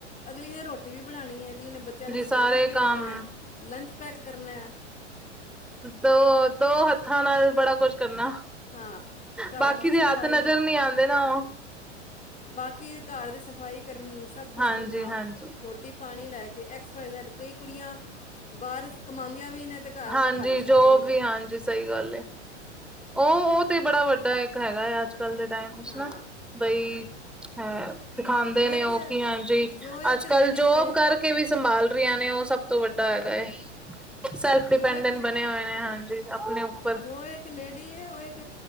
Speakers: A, on the left (about 20°); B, in the centre.
A: ਅਗਲੀਯਾ ਰੋਟੀ ਰੋਟੀ ਵੀ ਬਣਾਣੀ ਐ, ਅਗਲੀ ਨੇ ਬੱਚੇਆਂ ਨੂੰ ਸਕੂਲ
B: ਸਾਰੇ
A: ਵੀ ਭੇਜਨੈ,
B: ਕੰਮ
A: ਲੰਚ ਪੈਕ ਕਰਨੈ।
B: ਦੋ, ਦੋ ਹੱਥਾਂ ਨਾਲ ਬੜਾ ਕੋਛ ਕਰਨਾ।
A: ਹਾਂ ਘਰ
B: ਬਾਕੀ
A: ਦੀ
B: ਦੇ
A: ਸਫਾਈ
B: ਹਾਤ ਨਜਰ ਨੀ ਆਂਦੇ ਨਾ।
A: ਬਾਕੀ ਘਾਰ ਦੀ ਸਫਾਈ ਕਰਨੀ, ਸਬ ਕੋਛ
B: ਹਾਂਜੀ-ਹਾਂਜੀ
A: ਕਰਨਾ ਰੋਟੀ ਪਾਣੀ ਲੈ ਕੇ, ਐਕਸ ਵਾਈ ਜ਼ੈਡ, ਕਈ ਕੁੜੀਆਂ ਬਾਰ ਚ ਕਮਾਂਦੀਆਂ ਵੀ ਨੇ ਤੇ ਘਰ ਆ
B: ਹਾਂਜੀ,
A: ਕੇ ਘਰ ਵੀ ਸਾਂਭਦੀਆਂ
B: ਜੋਬ
A: ਨੇ
B: ਵੀ ਹਾਂਜੀ ਸਈ ਗੱਲ ਏ ਓ, ਓ ਤੇ ਬੜਾ ਵੱਡਾ ਏਕ ਹੈਗੈ, ਅੱਜ-ਕੱਲ ਦੇ ਟਾਈਮ ਵਿੱਚ
A: ਹਾਂ
B: ਨਾ ਬਈ ਹੈ, ਦਿਖਾਂਦੇ
A: ਜੋ
B: ਨੇ
A: ਇੱਕ
B: ਓ ਕਿ ਹਾਂਜੀ,
A: ਜੋ ਇੱਕ
B: ਅੱਜ-ਕੱਲ
A: ਲੇਡੀਜ਼
B: ਜੋਬ
A: ਹੈ
B: ਕਾਰ ਬੱਚੇ ਵੀ ਸੰਭਾਲ ਰਈਆਂ ਨੇ ਓ ਸਬ ਤੋਂ ਵੱਡਾ
A: ਹਾਂ
B: ਹੈਗੈ ਏ। ਸੈ ਡਿਪੈਂਡੰਨ
A: ਜੋ ਇੱਕ
B: ਬਨੇਯਾ ਹੋਏਆ ਏ ਹਾਂਜੀ ਆਪਨੇ ਉੱਪਰ।
A: ਜੋ ਇੱਕ ਲੇੜੀ ਏ, ਓ ਏਕ,